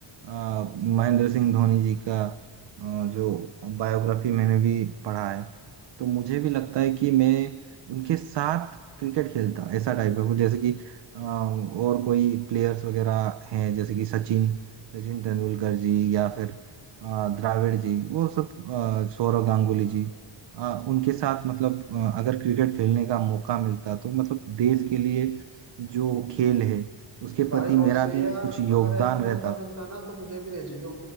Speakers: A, on the right; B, on the right.
A: आ, महेंद्र सिंह धोनी जी का आ, जो बायोग्राफी मैंने भी पढ़ा है तो मुझे भी लगता है कि मैं उनके साथ क्रिकेट खेलता ऐसा टाइप का कुछ जैसे कि आ, और कोई प्लेयर्स वगैरह हैं जैसे कि सचिन सचिन तेंदुलकर जी या फिर आ, द्राविड़ जी वो सब आ, सौरव गांगुली जी आ, उनके साथ मतलब आ, अगर क्रिकेट खेलने का मौका मिलता तो मतलब देश के लिए जो खेल है उसके
B: भाई
A: प्रति
B: बहुत
A: मेरा
B: सही
A: भी
B: है यार
A: कुछ योगदान
B: अगर ऐसा मौका
A: रहता
B: मिलता ना तो मुझे भी ले जियो